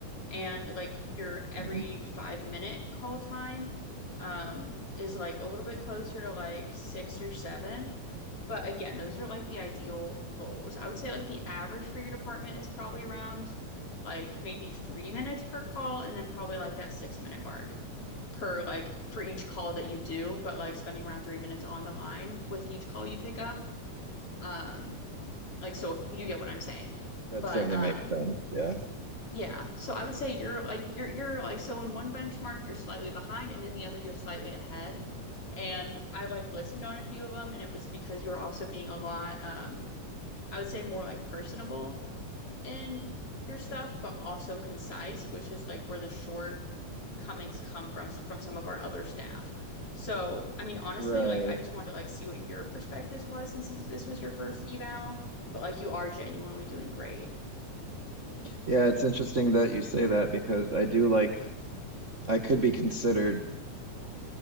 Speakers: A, on the left; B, on the right.
A: And like your every
B: Mm,
A: five minute call time um is like a little bit closer to like six or seven. But again, those are like the ideal goals. I would say like the average for your department is probably around like maybe three minutes per call and then probably like that six minute mark per like for each call that you do, but like spending around three minutes on the line with each call you pick up. Um like so you get what I'm saying.
B: That
A: But
B: certainly
A: um
B: makes sense. Yeah.
A: yeah, so I would say you're like you're you're like so in one benchmark you're slightly behind and in the other you're slightly ahead. And I like listened on a few of them and it was because you were also being a lot um I would say more like personable in your stuff, but also concise, which is like where the shortcomings come from from some of our other staff. So, I mean, honestly,
B: Right.
A: like I just wanted to like see what your perspective was since this this was your first eval, but like you are genuinely doing great.
B: Yeah, it's interesting that you say that because I do like I could be considered